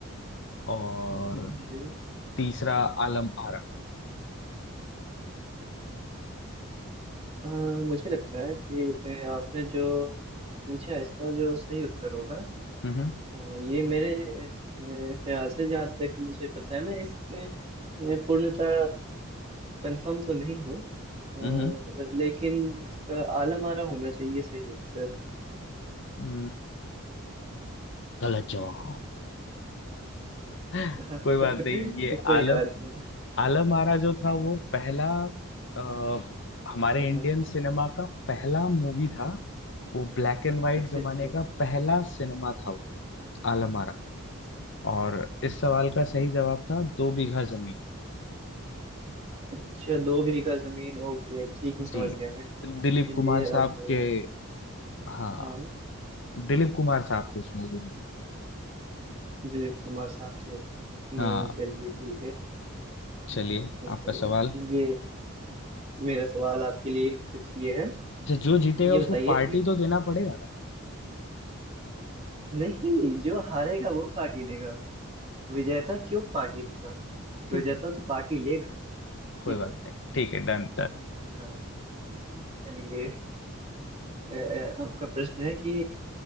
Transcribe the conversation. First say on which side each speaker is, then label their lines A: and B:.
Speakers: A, on the left (about 55°); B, on the right (about 30°).
A: और
B: मुझे video-
A: तीसरा आलम आरा
B: हाँ, मुझे लगता है कि ए, आपने जो पूछा है इसका जो सही उत्तर होगा
A: हम्म
B: हाँ ये मेरे अ, ख्याल से जहाँ तक मुझे पता है मैं इसमें अ, पूर्णतः कंफर्म तो नहीं हूँ अ,
A: हम्म हम्म,
B: लेकिन इसका आलम आरा होना चाहिए सही उत्तर
A: हम्म, गलत जवाब <laughs>
B: हाँ,
A: कोई बात
B: <laughs>
A: नहीं ये
B: कोई
A: आलम
B: बात नहीं
A: आलम आरा जो था वो पहला अ, हमारे
B: हाँ,
A: इंडियन
B: हाँ,
A: सिनेमा का पहला मूवी था वो ब्लैक एंड व्हाइट
B: अच्छा
A: जमाने
B: अच्छा
A: का पहला सिनेमा था वो आलम आरा और इस सवाल का सही जवाब था दो बीघा जमीन
B: अच्छा दो बीघा जमीन ओके ठीक है समझ
A: जी
B: गया मैं चलिए
A: दिलीप कुमार
B: अब
A: साहब के हाँ
B: हाँ
A: दिलीप कुमार साहब थे उस मूवी में
B: दिलीप कुमार साहब से हम्म,
A: हाँ
B: चलिए ठीक है
A: चलिए
B: अब
A: आपका सवाल
B: चलिए मेरा सवाल आपके लिए कुछ ये है
A: अच्छा जो जीतेगा
B: ये बताइए
A: उसको पार्टी
B: कि
A: तो देना पड़ेगा ना
B: नहीं जो हारेगा वो पार्टी देगा विजेता क्यों पार्टी देगा
A: ठीक
B: विजेता
A: है
B: तो पार्टी लेगा
A: कोई
B: ठीक
A: बात
B: है
A: नहीं ठीक है डन
B: हाँ चलिए अ, आपका प्रश्न है कि